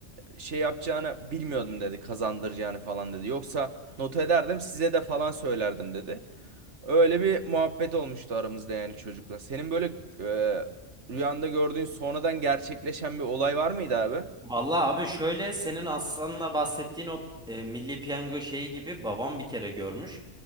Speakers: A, on the right (about 75°); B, in the centre.
A: şey yapacağını bilmiyordum dedi kazandıracağını falan dedi. Yoksa not ederdim size de falan söylerdim dedi. Öyle bir muhabbet olmuştu aramızda yani çocukla. Senin böyle e, rüyanda gördüğün sonradan gerçekleşen bir olay var mıydı abi?
B: Vallahi abi şöyle senin Aslan'la bahsettiğin o e, Milli Piyango şeyi gibi babam bir kere görmüş.